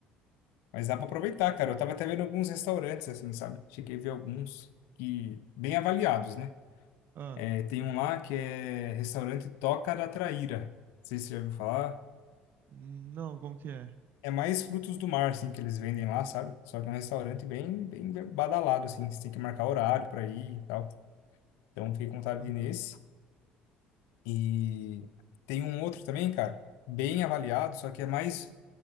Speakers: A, on the left; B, on the right.
A: Mas dá pra aproveitar, cara. Eu tava até vendo alguns restaurantes, assim, sabe? Cheguei a ver alguns que, bem avaliados, né?
B: Ah,
A: É, tem um lá que é restaurante Toca da Traíra. Não sei se você já ouviu falar.
B: não, como que é?
A: É mais frutos do mar, assim, que eles vendem lá, sabe? Só que é um restaurante bem, bem badalado, assim. Você tem que marcar horário pra ir e tal. Então, fiquei com vontade
B: Ah,
A: de ir nesse. E tem um outro também, cara, bem avaliado, só que é mais